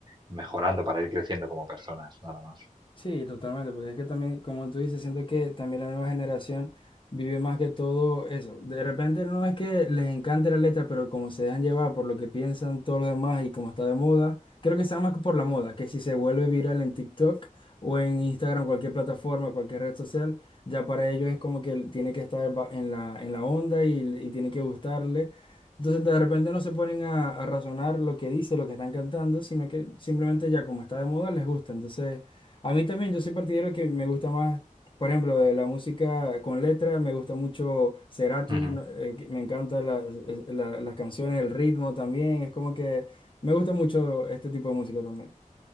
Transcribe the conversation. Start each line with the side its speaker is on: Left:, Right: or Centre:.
Right: mejorando, para ir creciendo como personas, nada más.
Left: Sí, totalmente, porque es que también, como tú dices, siento que también la nueva generación vive más que todo eso. De repente no es que les encante la letra, pero como se dejan llevar por lo que piensan todos los demás y como está de moda, creo que está más que por la moda, que si se vuelve viral en TikTok o en Instagram, cualquier plataforma, cualquier red social, ya para ellos es como que tiene que estar ba- en la, en la onda y, y tiene que gustarle. Entonces de repente no se ponen a, a razonar lo que dice, lo que están cantando, sino que simplemente ya como está de moda les gusta. Entonces... A mí también, yo soy partidario que me gusta más, por ejemplo, de la música con letra, me gusta mucho Cerati,
Right: Ujú.
Left: no- eh, que- me encantan las eh, la- las canciones, el ritmo también, es como que me gusta mucho este tipo de música también.